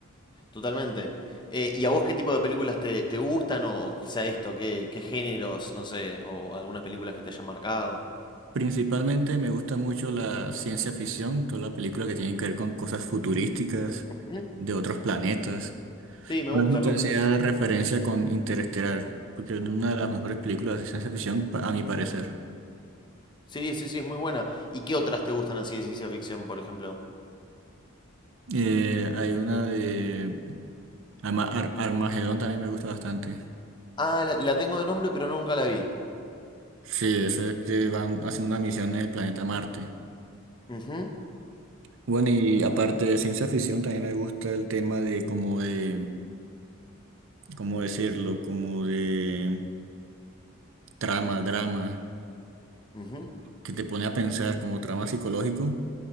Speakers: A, on the left; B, on the right.
A: Totalmente. Eh, ¿y a vos qué tipo de películas te, te gustan? O, o quizá esto, ¿qué, qué géneros, no sé, o algunas películas que te hayan marcado?
B: Principalmente me gusta mucho la ciencia ficción, toda la película que tiene que ver con cosas futurísticas
A: Ujú.
B: de otros planetas.
A: Sí, me
B: Por
A: gusta,
B: eso te
A: me gusta
B: hacía
A: eso.
B: referencia con Interestelar, porque es una
A: Ujú.
B: de las mejores películas de ciencia ficción, pa- a mi parecer.
A: Sí, sí, sí, es muy buena. ¿Y qué otras te gustan así de ciencia ficción, por ejemplo?
B: Eh, hay una de Ama- Ar- Armagedón también me gusta bastante.
A: Ah, la, la tengo de nombre, pero nunca la vi.
B: Sí, eso es que van a hacer una misión en el planeta Marte.
A: Ujú,
B: Bueno, y aparte de ciencia ficción, también me gusta el tema de como de, ¿cómo decirlo? Como de trama, drama,
A: ujú.
B: que te pone a pensar como trama psicológico,